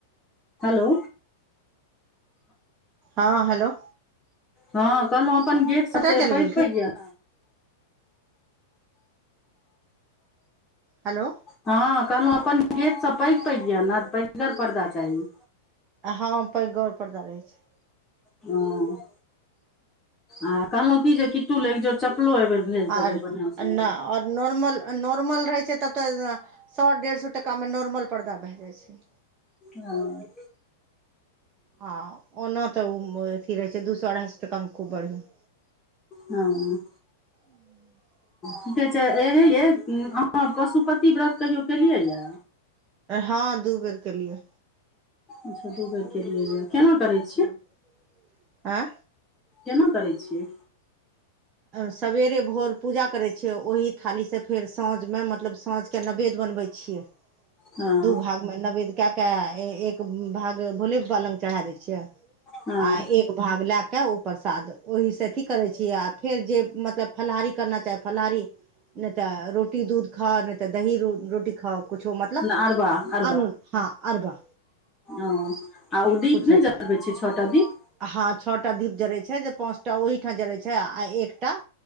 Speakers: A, on the left (about 15°); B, on the right (about 30°).
A: hello
B: हँ हेलो
A: हँ कहलहु अपन गेट
B: कतय
A: सब ते
B: चलि
A: पैघ
B: गेलखिन
A: पैग य
B: हलो
A: हँ कहलहुँ अपन गेट सभ पैग पैग य ने पैघगर पर्दा चाही
B: आ ह पैगगर पर्दा रहे छै
A: ह आ कहलहु की जे किट्टु ल एक जोड़ चप्पलो एहि बेर भेज
B: आर
A: देबै बढ़िआँ सनके
B: न आओर नॉर्मल नॉर्मल रहै छै तब त सौ डेढ़ सौ टकामे नॉर्मल पर्दा भए जाइ छै
A: हँ
B: हँ ओना त ओ अथी रहै छै दू सए अढ़ाई सए टकामे खूब बढ़िआं
A: हँ
B: <inaudible>
A: क कहे छै एहे ये अहाँ पशुपति व्रत कहियो केलियै यए
B: हँ दू बेर केलिए
A: अच्छा दू बेर केलियै य केना करैत छ
B: एअ
A: केना करै छियै
B: सेवेरे भोर पूजा करै छियै ओही थालीसँ फेर साँझमे मतलब साँझके नवेद बनबै छियै
A: हँ
B: दू भागमे नवेद्य क क एक भाग भोले बाबा लग चढ़ा दै छियै
A: हँ
B: आ एक भाग लए क ओ प्रसाद ओहीसँ अथी करै छियै आ फेर जे मतलब फलाहारी करना चाही फलाहारी नहि त रोटी दूध खाओ नहि त दही रोटी खाओ कुछो म
A: आरबा
B: अनून हँ अरबा
A: ओ आ उ दीप
B: कुछो
A: नै जरबै
B: खाउ
A: छिये छ ओटा दीप
B: हँ छओटा दीप जड़ैत छै जे पाँच टा ओहिठाम जरै छै आ एकटा